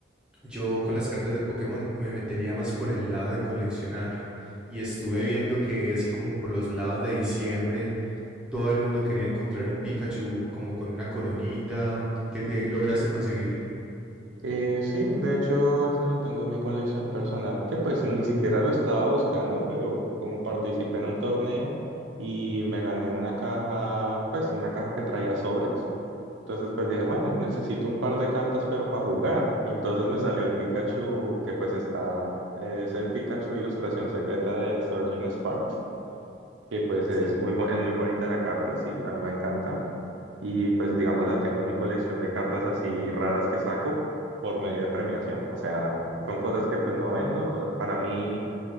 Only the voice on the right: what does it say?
Eh, sí, de hecho, ese lo tengo en mi colección personal, que pues ni siquiera lo estaba buscando, pero como participé en un torneo y me gané una caja, pues una caja que traía sobres, entonces pues dije, bueno, necesito un par de cartas, pero para jugar. Y entonces me salió el Pikachu, que pues está, es el Pikachu ilustración secreta de Surgeon Sparks, que pues es
muy, bo- es muy bonita la carta, sí, a mí me encanta y pues digamos la tengo en mi colección de cartas así raras que saco por medio de premiación. O sea, son cosas que pues no vendo. O sea, para mí